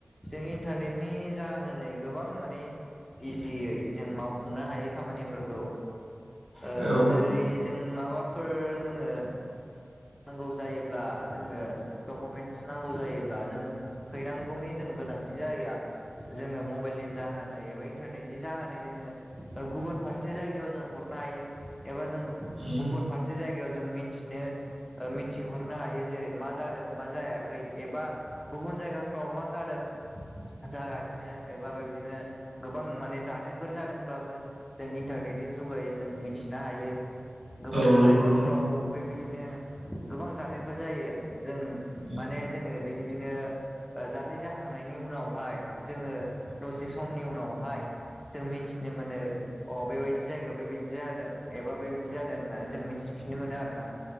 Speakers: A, on the left; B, on the right.
A: जों इन्टारनेटनि जाहोनै गोबां माने इजियै जों मावफुंनो हायै खामानिफोरखौ ओ
B: औ
A: जेरै जों माबाफोर जोङो नांगौ जायोब्ला जोङो डकुमेन्टस नांगौ जायोब्ला जों हैनांगौनि जों गोनांथि जाया जोङो मबाइल जाहोनै एबा इन्टारनेटनि जाहोनै जोङो गुबुन फारसे जायगायाव जों हरनो हायो एबा जों
B: उम
A: गुबुन फारसे जायगायाव जों मिथिनो मिथिहोहरनो हायो जेरै मा जादों मा जायाखै एबा गुबुन जायगाफ्राव मा जादों जागासिनो एबा बे बिदिनो गोबां माने जाथायफोर जादोंब्लाबो जों इन्टारनेटनि जुगै जों मिथिनो हायो गोबां
B: औ नंगौ
A: जायगाफ्राव
B: नोंथां
A: बेबायदिनो गोबां जाथायफोर जायो जों
B: उम
A: माने जोङो बेबायदिनो जा जाथाय जाखांनायनि उनावहाय जोङो दसे समनि उनावहाय जों मिथिनो मोनो अ बेबायदि जायगायाव बेबायदि जादों एबा बेबादि जादों होननानै जों मिथिफिननो मोनो आरो ना